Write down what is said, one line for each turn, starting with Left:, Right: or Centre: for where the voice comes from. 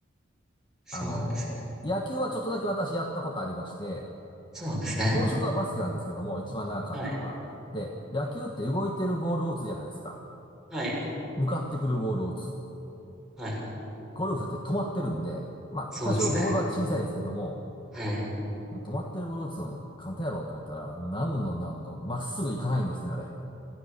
Centre: そうなんですね。
Left: あのー野球はちょっとだけ私やったことありまして、
Centre: そうなんですね。
Left: 本職はバスケなんですけども、一番長かったのは。
Centre: はい。
Left: で、野球って動いてるボールを打つじゃないですか。
Centre: はい。
Left: 向かってくるボールを打つ。
Centre: はい。
Left: ゴルフって止まってるんで、まあ、
Centre: そうですね。
Left: 多少ボールは小さいですけども、
Centre: はい。
Left: 止まってるボールを打つの簡単やろうと思ったら、なんのなんの、まっすぐ行かないんですね、あれ。